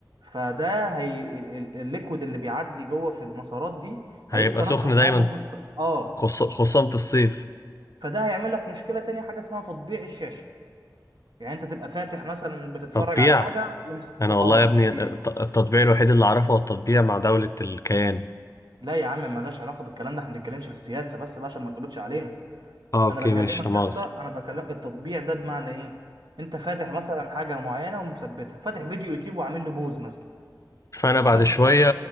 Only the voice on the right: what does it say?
فده هي ال- ال- الليكويد اللي بيعدي جوه في المسارات دي
هيسخن
اكتر ما
هو المفروض يسخن. اه
فده هيعمل لك مشكله تانية حاجه اسمها تطبيع الشاشه يعني انت تبقى فاتح مثلا بتتفرج
على حاجه ومس-
ط- اه
تطبيع
لا يا عم ملهاش علاقه بالكلام ده احنا ما بنتكلمش في السياسه بس بقى عشان ما تقبطش علينا
انا بكلمك
يا اسطى انا بكلم التطبيع ده بمعنى ايه انت فاتح مثلا حاجه معينه ومثبتها فاتح فيديو يوتيوب وعامل له بوز مثلا
وفضلت
سايق